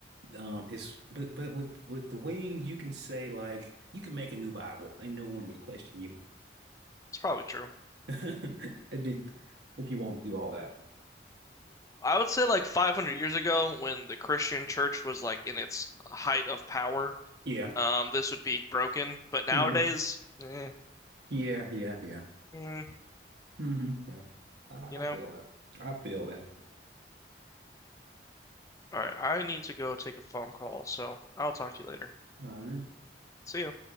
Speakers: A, on the right; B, on the left.
A: um his but but with with the wings you can say like you can make a new Bible and no one would question you.
B: It's probably true.
A: <laughs> It'd be- If you won't do all that.
B: I would say, like, 500 years ago, when the Christian church was, like, in its height of power,
A: Yeah.
B: um, this would be broken. But nowadays,
A: hmm
B: eh,
A: Yeah, yeah, yeah.
B: mm,
A: hmm Yeah. I
B: you
A: I
B: know?
A: feel that. I feel that.
B: All right, I need to go take a phone call, so I'll talk to you later.
A: All right.
B: See you.